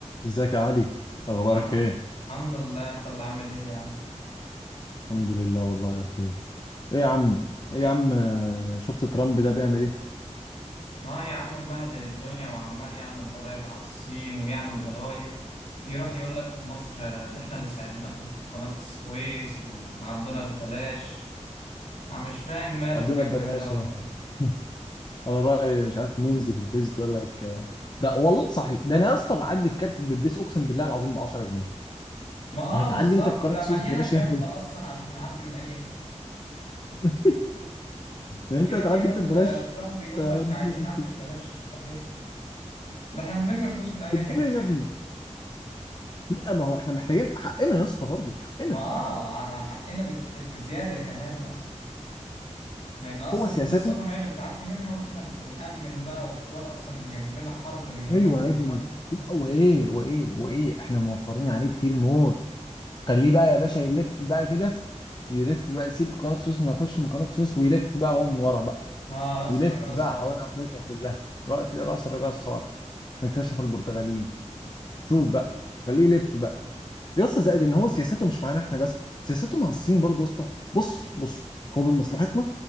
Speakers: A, on the left; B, on the left.
A: ازيك يا علي اخبارك
B: الحم-
A: ايه
B: الحمد لله انت اللي عامل ايه يا عم
A: الحمد لله والله يا اخويا ايه يا عم ايه يا عم آه، شفت ترامب ده بيعمل ايه
B: اه يا عم مبهدل الدنيا وعمال يعمل ضرايب على الصين ويعمل ضرايب بيروح يقول لك في مصر آه، ده احنا اللي ساعدناكم في قناة السويس وعدونا ببلاش انا مش فاهم ماله
A: عدونا
B: اتجنن
A: ببلاش
B: ده ولا
A: اهو
B: ايه
A: <laughs> على رأي مش عارف ميمز دي في الفيس تقول لك آه، لا والله صحيح ده انا يا اسطى بعدي الكارت بلبس اقسم بالله العظيم ب 10 جنيه
B: ما اه
A: هتعدي
B: بالظبط
A: انت في قناة
B: ده
A: السويس
B: مليانة
A: ببلاش
B: كارت
A: يا اهبل
B: اصلا عشان نعدي من اي حتة
A: <laughs> يعني
B: يروح
A: انت هتعدي
B: يقول
A: انت ببلاش
B: آه، ترامب يقول
A: آه،
B: لك عايزين نعدي
A: انت
B: ببلاش صحيح ده احنا بنلم فلوس من اي
A: أنت
B: حتة
A: بتقول ايه يا ابني لا ما هو احنا محتاجين حقنا يا اسطى برضه حقنا
B: ما اه على حقنا بكت... بزيادة كمان اصلا لأن أصلا
A: هو سياساته
B: كل السفن هي اللي بتعدي منها وإحنا اللي بنأمن بقى وحوار أصلا جنبنا حرب من هنا
A: ايوه
B: ومن
A: يا ابني
B: هنا
A: لا
B: فاهم؟
A: وايه وايه وايه احنا موفرين عليه كتير موت خليه بقى يا باشا يلف بقى كده يلف بقى يسيب قناة السويس ما يخش من قناة السويس ويلف بقى هو من ورا بقى
B: آه رأس
A: يلف
B: الرجاء الصالح
A: بقى حوالين أفريقيا كلها رأي في رأس الرجاء الصقر اكتشف البرتغاليين شوف بقى خليه يلف بقى يا اسطى زائد
B: آه
A: ان هو سياسته مش معانا احنا بس سياسته مع الصين برضه يا اسطى بص بص هو من مصلحتنا